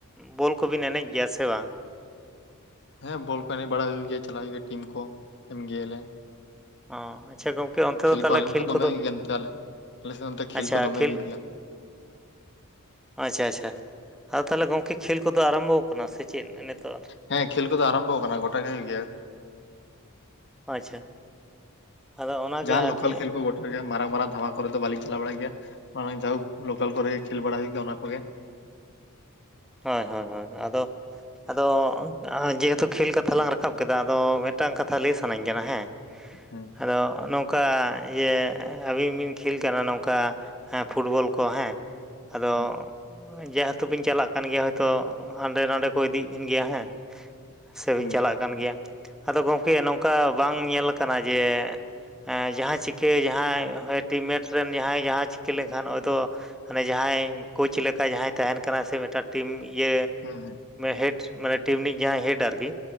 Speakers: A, in the centre; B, on the left (about 55°).
A: ᱵᱚᱞ ᱠᱚᱵᱤᱱ ᱮᱱᱮᱡ ᱜᱮᱭᱟ ᱥᱮ ᱵᱟᱝ?
B: ᱦᱮᱸ ᱵᱚᱞ ᱠᱚ ᱮᱱᱮᱡ ᱵᱟᱲᱟ ᱦᱩᱭᱩᱜ ᱜᱮᱭᱟ ᱪᱟᱞᱟᱜ ᱦᱩᱭᱩᱜ ᱜᱮᱭᱟ ᱴᱤᱢ ᱠᱚ ᱮᱢᱜᱮᱭᱟᱞᱮ᱾
A: ᱚ ᱟᱪᱪᱷᱟ ᱜᱚᱝᱠᱮ ᱚᱱᱛᱮ ᱫᱚ ᱛᱟᱦᱟᱞᱮ
B: ᱠᱚ ᱟᱞᱮ ᱱᱚᱛᱮ
A: ᱠᱷᱮᱞ
B: ᱫᱚᱢᱮ
A: ᱠᱚᱫᱚ,
B: ᱦᱩᱭᱩᱜ ᱜᱮᱭᱟ ᱱᱚᱛᱮ ᱟᱞᱮ ᱟᱞᱮ ᱥᱮᱫ ᱱᱚᱛᱮ
A: ᱟᱪᱪᱷᱟ
B: ᱠᱚ ᱫᱚᱢᱮ
A: ᱠᱷᱮᱞ
B: ᱦᱩᱭᱩᱜ ᱜᱮᱭᱟ
A: ᱟᱪᱪᱷᱟ ᱟᱪᱪᱷᱟ᱾ ᱟᱫᱚ ᱛᱟᱦᱟᱞᱮ ᱜᱚᱝᱠᱮ ᱠᱷᱮᱞ ᱠᱚᱫᱚ ᱟᱨᱟᱢᱵᱷᱚ ᱟᱠᱟᱱᱟ ᱥᱮ ᱪᱮᱫ? ᱱᱤᱛᱚᱜ
B: ᱦᱮᱸ ᱠᱷᱮᱞ ᱠᱚᱫᱚ ᱟᱨᱟᱢᱵᱷᱚ ᱟᱠᱟᱱᱟ ᱜᱚᱴᱟ ᱜᱮ ᱦᱩᱭᱩᱜ ᱜᱮᱭᱟ᱾
A: ᱟᱪᱪᱷᱟ᱾ ᱟᱫᱚ ᱚᱱᱟᱜᱮ
B: ᱡᱟ ᱞᱳᱠᱟᱞ
A: ᱟᱨᱠᱤ
B: ᱠᱷᱮᱞ ᱠᱚ ᱢᱟᱨᱟᱝ ᱢᱟᱨᱟᱝ ᱫᱷᱟᱣᱟ ᱠᱚᱨᱮᱫ ᱵᱟᱟᱹᱞᱤᱧ ᱪᱟᱞᱟᱣ ᱵᱟᱲᱟᱭ ᱜᱮᱭᱟ ᱡᱟᱱᱮ ᱡᱟᱦᱳᱠ ᱞᱳᱠᱟᱞ ᱠᱚᱨᱮᱜ ᱜᱮ ᱠᱷᱮᱞ ᱵᱟᱲᱟ ᱦᱳᱭᱩᱜ ᱜᱮᱭᱟ ᱚᱱᱟ ᱠᱚᱜᱮ᱾
A: ᱦᱳᱭ ᱦᱳᱭ ᱦᱳᱭ ᱟᱫᱚ ᱟᱫᱚ ᱡᱮᱦᱮᱛᱩ ᱠᱷᱮᱞ ᱠᱟᱛᱷᱟ ᱞᱟᱝ ᱨᱟᱠᱟᱵ ᱠᱮᱫᱟ ᱟᱫᱚ ᱢᱤᱫᱴᱟᱝ ᱠᱟᱛᱷᱟ ᱞᱮᱭ ᱥᱟᱱᱟᱧ ᱠᱟᱱᱟ ᱦᱮᱸ?
B: ᱦᱩᱸ
A: ᱟᱫᱚ ᱱᱚᱝᱠᱟ ᱤᱭᱟᱹ ᱟᱹᱵᱤᱱ ᱵᱤᱱ ᱠᱷᱮᱞ ᱠᱟᱱᱟ ᱱᱚᱝᱠᱟ ᱦᱮᱸ ᱯᱷᱩᱰᱵᱚᱞ ᱠᱚ ᱦᱮ, ᱸ ᱟᱫᱚ
B: ᱦᱩᱸ
A: ᱡᱟ ᱟᱛᱩ ᱵᱤᱱ ᱪᱟᱞᱟᱜ ᱠᱟᱱ ᱜᱮᱭᱟ ᱦᱚᱭᱛᱚ ᱦᱟᱸᱰᱮ ᱱᱟᱰᱮ ᱠᱚ ᱤᱫᱤᱭᱮᱫ ᱵᱤᱱ ᱜᱮᱭᱟ ᱦᱮᱸ ᱥᱮᱵᱤᱱ
B: ᱦᱩᱸ
A: ᱪᱟᱞᱟᱜ ᱠᱟᱱ ᱜᱮᱭᱟ᱾ ᱟᱫᱚ ᱜᱚᱝᱠᱮ ᱱᱚᱝᱠᱟ ᱵᱟᱝ ᱧᱮᱞ ᱠᱟᱱᱟ ᱡᱮ ᱮ ᱡᱟᱦᱟᱸᱭ ᱪᱤᱠᱟᱹ ᱡᱟᱦᱟᱭ ᱦᱚᱭ ᱴᱤᱢᱢᱮᱴ ᱨᱮᱱ ᱡᱟᱦᱟᱸᱭ ᱡᱟᱦᱟᱸ ᱪᱤᱠᱟᱹ ᱞᱮᱱᱠᱷᱟᱱ ᱦᱚᱭ ᱛᱚ ᱦᱟᱱᱮ ᱡᱟᱦᱟᱸᱭ ᱠᱳᱪ ᱞᱮᱠᱟ ᱡᱟᱦᱟᱸᱭ ᱛᱟᱦᱮᱱ ᱠᱟᱱᱟ ᱥᱮ ᱢᱤᱫᱴᱟᱱ ᱴᱤᱢ ᱤᱭᱟᱹ
B: ᱦᱩᱸ
A: ᱦᱮᱰ ᱢᱟᱱᱮ ᱴᱤᱢ ᱨᱤᱱᱤᱡ ᱡᱟᱦᱟᱸ ᱦᱮᱴ ᱟᱨᱠᱤ᱾